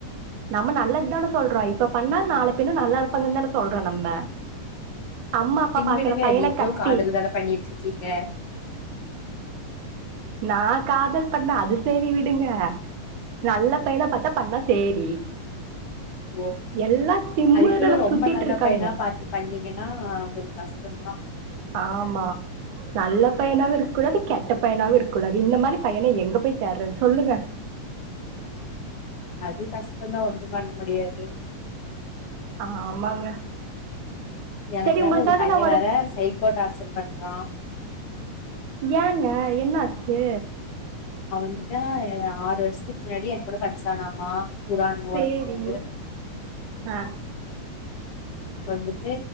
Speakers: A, on the right; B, on the left.
A: நம்ம நல்லது தான சொல்றோ இப்ப பண்ணா நாள பின்ன நல்லா இருப்பாங்கன்னு தான சொல்றோ நம்ம அம்மா
B: விடுங்
A: அப்பா பாக்குற
B: விடுங்க
A: பையன
B: நீங்களு
A: கட்டி
B: காதல் தான பண்ணிட்டு இருக்கீங்க
A: நா காதல் பண்ணே அது சேரி விடுங்க நல்ல பையனா பாத்தா பண்ணா சேரி
B: ஓ
A: எல்லா திமிருல
B: அதுக்குன்னு ரொம்ப
A: சுத்திட்டு
B: நல்ல
A: இருக்கானுங்க
B: பையனா பாத்து பண்ணீங்கன்னா கொஞ்ச கஷ்டோதா
A: ஆமா நல்ல பையனாவு இருக்கூடாது கெட்ட பையனாவு இருக்கூடாது இந்த மாரி பையன எங்க போய் தேட்றது சொல்லுங்க
B: அது கஷ்டோதா ஒண்ணு பண்ண முடியாது
A: ஆமாங்க
B: எனக்கு
A: சரி
B: வேற
A: உங்களுக்காக
B: ஒரு பைய
A: நா
B: வேற சைகோ டார்ச்சல் பண்றா
A: ஏங்க என்னாச்சு
B: அவ வந்துட்டு ஆறு வருஷத்துக்கு முன்னாடி ஏ கூட படிச்சானாமா குரான்
A: சேரி
B: ஓதம்போது
A: ஆ
B: இப்ப வந்துட்டு